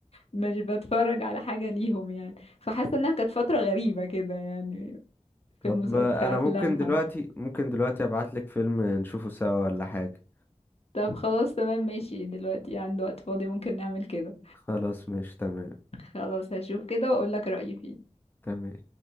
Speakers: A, on the left; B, on the left.
A: مش بتفرج على حاجة ليهم يعني فحاسة انها كانت فترة غريبة كده يعني
B: طب
A: في المس... في
B: آه، انا
A: افلامها
B: ممكن دلوقتي ممكن دلوقتي ابعت لك فيلم نشوفه سوا ولا حاجة
A: طب خلاص تمام ماشي دلوقتي عنده وقت فاضي ممكن نعمل كده
B: خلاص ماشي تمام
A: خلاص هشوف كده واقول لك رأيي فيه
B: تمام